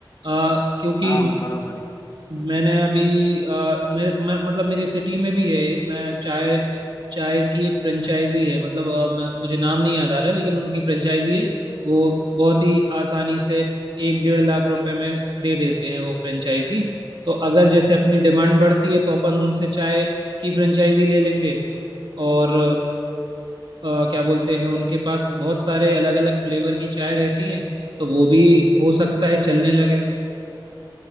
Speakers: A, on the right; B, on the left.
A: अ, क्योंकि
B: हाँ बराबर है
A: मैंने अभी अ, मेरे मैं, मतलब मेरे सिटी में भी है एक मैं चाय चाय की एक फ्रेंचाइजी है मतलब अ, मैं, मुझे नाम नहीं याद आ रहा है लेकिन उनकी फ्रेंचाइजी है वो बहुत ही आसानी से एक डेढ़ लाख रुपए में दे देते हैं वो फ्रेंचाइजी तो अगर जैसे अपनी डिमांड बढ़ती है तो अपन उनसे चाय की फ्रेंचाइजी ले लेंगे और अ, क्या बोलते हैं उनके पास बहुत सारे अलग अलग फ्लेवर की चाय रहती हैं तो वो भी हो सकता है चलने लगे